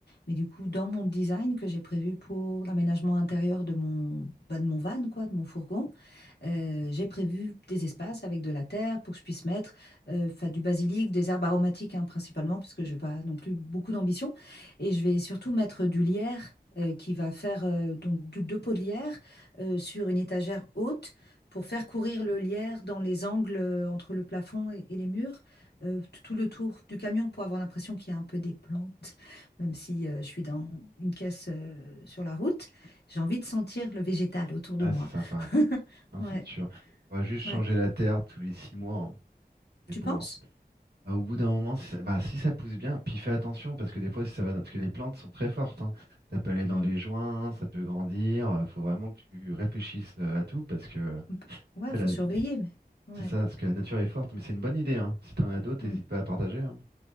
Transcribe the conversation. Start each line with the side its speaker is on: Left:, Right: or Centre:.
Left: Mais du coup, dans mon design que j'ai prévu pour l'aménagement intérieur de mon, bah, de mon van, quoi, de mon fourgon, euh, j'ai prévu des espaces avec de la terre pour que je puisse mettre euh, 'fin, du basilic, des herbes aromatiques hein, principalement, parce que je n'ai pas non plus beaucoup d'ambition. Et je vais surtout mettre du lierre euh, qui va faire euh, donc deux, deux pots de lierre euh, sur une étagère haute pour faire courir le lierre dans les angles euh, entre le plafond et, et les murs, euh, t- tout le tour du camion pour avoir l'impression qu'il y a un peu des plantes, même si euh, je suis dans une caisse euh, sur la route. J'ai envie de sentir le végétal autour
Right: Ah,
Left: de moi.
Right: c'est sympa,
Left: <laughs>
Right: hein,
Left: Ouais.
Right: c'est sûr. Faudra juste changer
Left: Ouais.
Right: la terre tous les six mois, hein. C'est
Left: Tu
Right: pauvre.
Left: penses?
Right: Bah, au bout d'un moment, si ça, bah, si ça pousse bien, puis fais attention parce que des fois, si ça va, dans- parce que les plantes sont très fortes, hein. Ça peut aller dans
Left: Hmm.
Right: les joints, ça peut grandir. euh, Faut vraiment que tu réfléchisses euh, à tout parce que
Left: On peut- Ouais,
Right: ouais,
Left: faut
Right: la-
Left: surveiller, mais ouais.
Right: c'est ça, parce que la nature est forte. Mais c'est une bonne idée, hein. Si t'en as d'autres,
Left: Hmm.
Right: n'hésite pas à partager. hein.